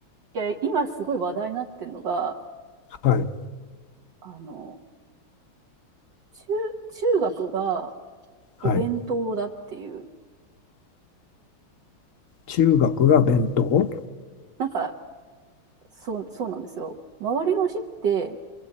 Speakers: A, on the right (about 60°); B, on the left (about 50°).
A: や、今すごい話題になってるのが、
B: ー、はい、
A: あの、中、中学がお弁当だっていう、
B: はい。中学が弁当
A: なんか、そう、そうなんですよ。周りの市って、